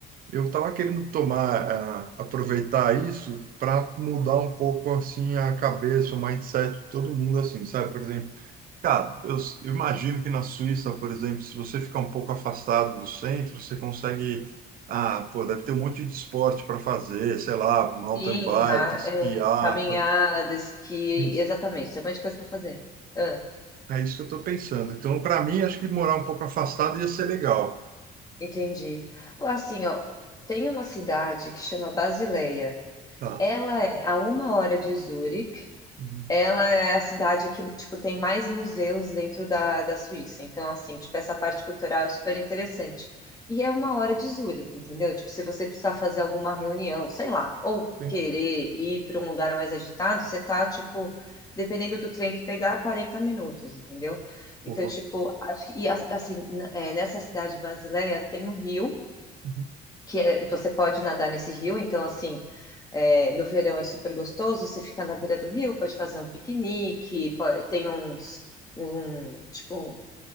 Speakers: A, on the right; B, on the left.
A: Eu estava querendo tomar, ah, aproveitar isso para mudar um pouco assim a cabeça, o mindset de todo mundo assim, sabe? Por exemplo, cara, eu, s- eu imagino que na Suíça, por exemplo, se você ficar um pouco afastado do centro, você consegue, ah, pô, deve ter um monte de esporte para fazer, sei lá, mountain
B: Sim,
A: bike,
B: ra-
A: esquiar,
B: é, caminhada,
A: fa-
B: esqui,
A: isso.
B: exatamente, tem um monte de coisa para fazer. Ah,
A: É isso que eu estou pensando. Então, para mim, acho que morar um pouco afastado ia ser legal.
B: entendi. Ó, Assim, ó, tem uma cidade que chama Basileia.
A: Tá.
B: Ela é a uma hora de Zurique,
A: Uhum.
B: Ela é a cidade que, tipo, tem mais museus dentro da, da Suíça. Então, assim, tipo, essa parte cultural é super interessante. E é uma hora de Zurique, entendeu? Tipo, se você precisar fazer alguma reunião, sei lá, ou
A: Bem,
B: querer ir para um lugar mais agitado, você tá, tipo, dependendo do trem que pegar, 40 minutos, entendeu? Então,
A: boa.
B: tipo, acho que, e, as- assim, n- é, nessa cidade brasileira tem um rio,
A: Uhum.
B: que é- você pode nadar nesse rio, então assim, é, no verão é super gostoso, você fica na beira do rio, pode fazer um piquenique, po- tem uns, um, tipo,